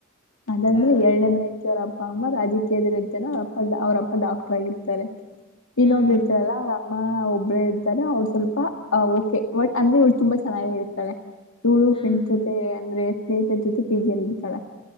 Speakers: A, on the left; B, on the left.
A: ಅದಾದ್ಮೇಲೆ
B: ಹಾ
A: ಎಏನೇ ನರ ಅಪ್ಪ ಅಮ್ಮ ರಾಜಕೀಯದ್ರರು ಇರ್ತಾನ ಅವ್ರಪ್ಪ ಅವ್ರಪ್ಪ ಡಾಕ್ಟರ್ ಆಗಿರ್ತಾರೆ ನೀನ್ಬ್ಬಿ
B: ಹ್ಮ್
A: ಇರ್ತಾರಲ್ಲ ಅವ್ರ ಅ ಅಮ್ಮ ಒಬ್ಬರು ಇರ್ತಾರೆ ಅವ್ರ ಸ್ವಲ್ಪ ಓಕೆ ಬಟ್ ಅಂದ್ರೆ ಇಳು ತುಂಬಾ ಚೆನ್ನಾಗಿ ಇರ್ತಾಳೆ ಳು
B: ಹ್ಮ್
A: ಫ್ರೆಂಡ್ ಜೊತೆ ಅಂದ್ರೆ ಸ್ನೇಹಿತರ ಜೊತೆ ಪಟಿ ಜ ಎಲ್ಲಿರ್ತಾಳ